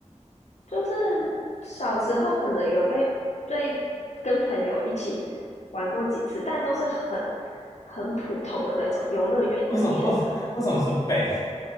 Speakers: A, on the left (about 70°); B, on the left (about 30°).
A: 就是小时候可能有被被跟朋友一起玩过几次，但都是很很普通的那种游乐园里面的。
B: 为什么为为什么是背